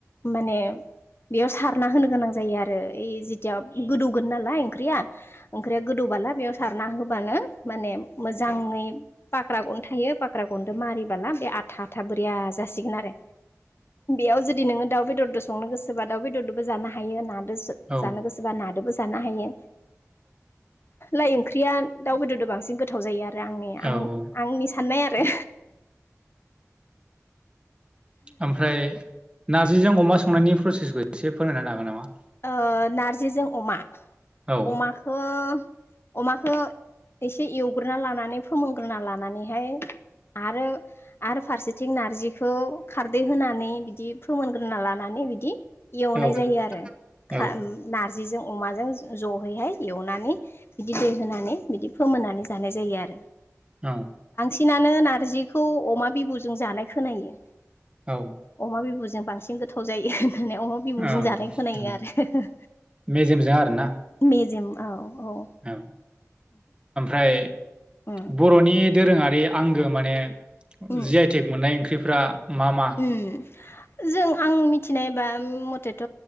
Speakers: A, on the left; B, on the right.
A: माने बेयाव सारना होनो गोनां जायो आरो इ जिथिया गोदौगोन नालाय ओंख्रिया ओंख्रिया गोदौबला बेयाव सारना होब बानो माने मोजाङै फाख्रा गन थायो फाख्रा गनदो मारिबोला बे आथा आथाब बोरैया जासिगोन आरो बेयाव जुदि नोङो दाउ बेदरजों संनो गोसोबा दाउ बेदरदोबो जानो हायो नादो
B: औ
A: जानो गोसोबा नादोबो जानो हायो लाइ ओंख्रिया दाउ बेदरजों बांसिन गोथाव जायो आरो आंनि
B: औ
A: आं आंनि साननाय आरो
B: ओमफ्राय नार्जिजों अमा संनायनि प्रसेसखौ एसे फोरमायना होनो हागोन नामा
A: ओ नारजिजों अमा
B: औ
A: अमाखो अमाखो एसे एवग्रोना लानानै फोमोनग्रोना लानानैहाय आरो आरो फारसेथिं नारजिखौ खारदै होनानै बिदि फोमोनग्रोना लानानै बिदि एवनाय
B: औ
A: जायो आरो खा
B: औ
A: ओ नारजि बिजो अमाजों जयैहाय एवनानै बिदि दै होनानै बिदि फोमोननानै जानाय जायो आरो
B: औ
A: बांसिनानो नारजिखौ अमा बिबुजों जानाय खोनायो
B: औ
A: अमा बिबुजों जों बांसिन गोथाव जायो होननानै अमा बिबौजों
B: औ
A: जानाय खोनायो आरो
B: मेजेमजों आरोना
A: मेजेम औ-औ
B: औ
A: <inaudible>
B: <unintelligible>
A: उम
B: बर'नि दोरोङारि आंगो माने
A: उम
B: जि आइटेक मोननाय ओंख्रि फ्रा मा-मा
A: उम जों आं मिथिनायबा उम मथेथ'